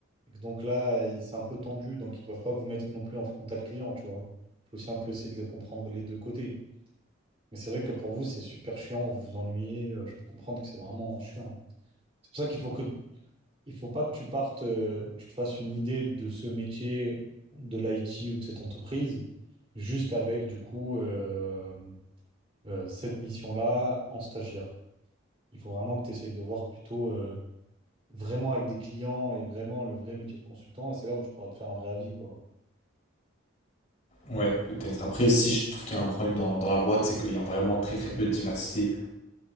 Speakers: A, on the right (about 30°); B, on the left (about 35°).
A: Et que donc là, il- c'est un peu tendu, donc ils peuvent pas vous mettre non plus en frontal client, tu vois. Il faut aussi un peu essayer de le comprendre les deux côtés. Mais c'est vrai que pour vous, c'est super chiant, vous vous ennuyez. euh, je peux comprendre que c'est vraiment chiant. C'est pour ça qu'il faut que il faut pas que tu partes euh, ou que tu te fasses une idée de ce métier, de l'IT ou de cette entreprise, juste avec du coup euh, euh, cette mission-là en stagiaire. Il faut vraiment que tu essayes de voir plutôt euh, vraiment avec des clients et vraiment le vrai métier de consultant. Et c'est là où tu pourras te faire un vrai avis, quoi.
B: Ouais, peut-être. Après, si je trouve qu'il y a un problème dans, dans la boîte, c'est qu'il y a vraiment très très peu de diversité.